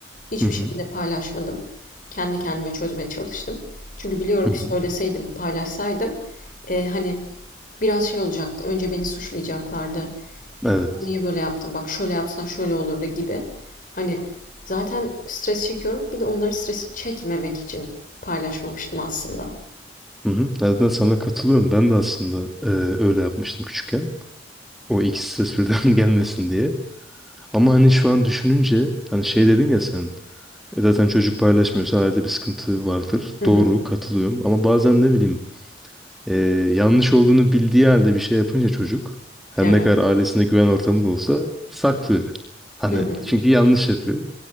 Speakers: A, on the left (about 45°); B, in the centre.
A: hiçbir
B: Hı hı.
A: şekilde paylaşmadım. Kendi kendime çözmeye çalıştım. Çünkü biliyorum
B: Hı
A: ki
B: hı.
A: söyleseydim, paylaşsaydım, eee, hani, Biraz şey olacaktı. Önce beni suçlayacaklardı. E
B: Evet.
A: kızım niye böyle yaptın? Bak şöyle yapsan şöyle olurdu gibi. Hani zaten stres çekiyorum. Bir de onların stresini çekmemek için paylaşmamıştım aslında.
B: Hı hı. Nereden sana katılıyorum. Ben de aslında e, öyle yapmıştım küçükken. O ikisi ses birden <laughs> gelmesin diye. Ama hani şu an düşününce hani şey dedin ya sen e, zaten çocuk paylaşmıyorsa ailede bir sıkıntı vardır.
A: Hı hı.
B: Doğru katılıyorum. Ama bazen ne bileyim e, yanlış olduğunu bildiği halde bir şey yapınca çocuk her
A: Evet.
B: ne kadar ailesine güven ortamı da olsa saklıyor. Hani
A: Hı hı.
B: çünkü yanlış yapıyor.